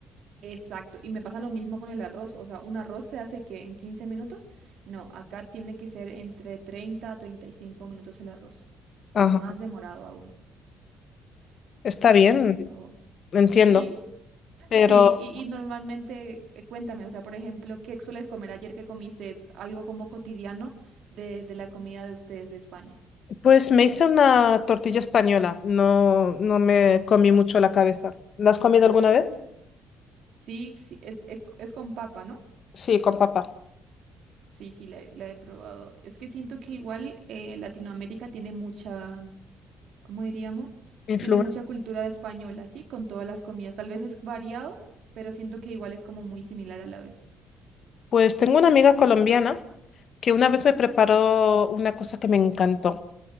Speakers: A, on the right; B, on the left.
A: Exacto, y me pasa lo mismo con el arroz, o sea, un arroz se hace que en 15 minutos, no, acá tiene que ser entre 30 a 35 minutos el arroz,
B: Ajá,
A: es más demorado aún,
B: está bien,
A: por eso,
B: entiendo.
A: sí, <laughs>
B: Pero
A: sí, y, y normalmente, eh, cuéntame, o sea, por ejemplo, ¿qué sueles comer ayer que comiste? Algo como cotidiano de, de la comida de ustedes de España.
B: pues me hice una tortilla española, no, no me comí mucho la cabeza. ¿La has comido alguna vez?
A: Sí, sí, es, es, es con papa, ¿no?
B: Sí, con papa.
A: Sí, sí, la, la he probado. Es que siento que igual eh, Latinoamérica tiene mucha... ¿cómo diríamos?
B: Influ-
A: Tiene mucha cultura española, ¿sí? Con todas las comidas. Tal vez es variado, pero siento que igual es como muy similar a la vez.
B: Pues tengo una amiga colombiana que una vez me preparó una cosa que me encantó.